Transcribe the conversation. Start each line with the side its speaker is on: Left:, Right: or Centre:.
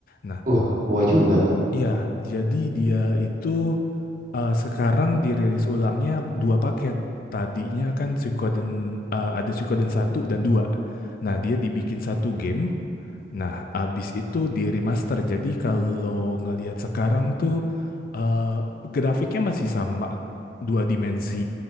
Left: Nah,
Right: wah tua juga
Left: Iya, jadi dia itu eh, sekarang dirilis ulangnya dua paket. Tadinya kan Suikoden eh, ada Suikoden satu dan dua. Nah, dia dibikin satu game. Nah, abis itu di remaster. Jadi kalau ngelihat sekarang tuh eh, grafiknya masih sama dua dimensi